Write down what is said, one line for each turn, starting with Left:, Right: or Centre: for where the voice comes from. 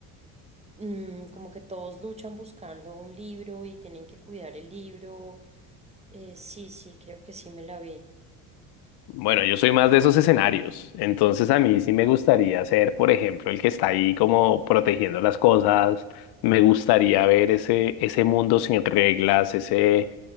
Right: mm, como que todos luchan buscando un libro y tienen que cuidar el libro. Eh, sí, sí, creo que sí me la vi.
Left: Bueno, yo soy más de esos escenarios. Entonces, a mí sí me gustaría ser, por ejemplo, el que está ahí como protegiendo las cosas. Me gustaría ver ese, ese mundo sin reglas, ese